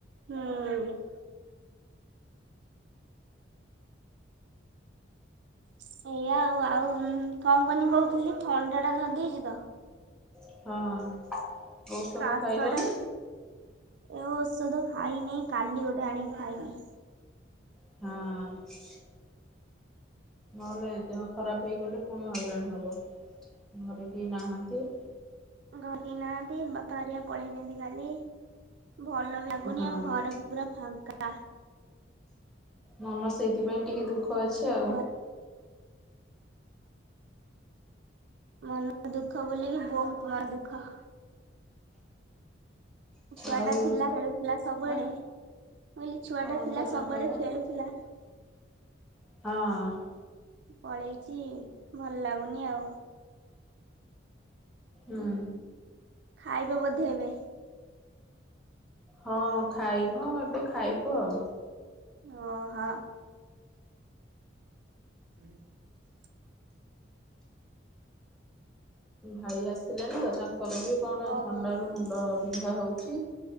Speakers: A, on the right; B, in the centre.
A: ହୁଁ। <inaudible> ସେଇଆଉ ଆଉ କଣ କନି କହୁଥିଲି ଥଣ୍ଡା ଟା ଧରିଦେଇଛି ତ।
B: ହଁ। ଔଷଧ
A: କାଶ
B: ଖାଇଲନି?
A: ଟା ଏ ଔଷଧ ଖାଇନି କାଲି ଗୋଟେ ଆଣିକି ଖାଇବି।
B: ହଁ। ନହେଲେ ଦେହ ଖରାପ ହେଇଗଲେ ପୁଣି ହଇରାଣ ହବ ଘରେ କେହି ନାହାନ୍ତି।
A: ଘର କେ ନାହାନ୍ତି ବାପା ହରିଆ ପଳେଇଛନ୍ତି କାଲି ଭଲ ଲାଗୁନି
B: ହଁ।
A: ଆମ ଘର ପୁରା ଫାଙ୍କା।
B: ମନ ସେଇଥିପାଇଁ ଟିକେ ଦୁଃଖ। ଅଛି ଆଉ
A: <unintelligible> ମନ ଦୁଃଖ ବୋଲିକି ବହୁତ ମନ ଦୁଃଖ। ଛୁଆ
B: ଆଉ
A: ଟା ଥିଲା ଖେଳୁଥିଲା ସବୁଆଡେ।
B: ଆଁ ହଁ
A: ମୁଁ କହିଲି ଛୁଆ
B: ହଁ
A: ଟା ଥିଲା
B: ଚାଲୁନ
A: ସବୁଆଡେ
B: ଖାଇବା
A: ଖେଳଥିଲା।
B: ହଁ।
A: ପଳେଇଛି ଭଲ ଲାଗୁନି ଆଉ।
B: ହୁଁ।
A: ଖାଇବ ବୋଧେ ଏବେ।
B: ହଁ ଖାଇନୁ ଏବେ ଖାଇବୁ ଆଉ।
A: ଓ ହଁ। <inaudible>
B: ଭାଇ ଆସିଲାଣି ତ ତାଙ୍କର ବି କଣ
A: ଓହୋ
B: ଥଣ୍ଡା ରୁ ମୁଣ୍ଡ ବିନ୍ଧା ହଉଛି।